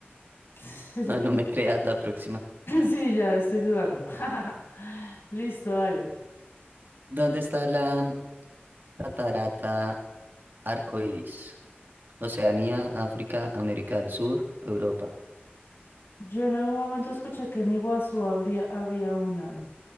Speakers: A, on the left; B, on the right.
A: <laughs> Sí,
B: No, no me creas la próxima.
A: Sí, ya estoy dudando. <laughs> Listo, dale.
B: ¿Dónde está la catarata Arcoíris? Oceanía, África, América del Sur, Europa.
A: Yo en algún momento escuché que en Iguazú habría, había una.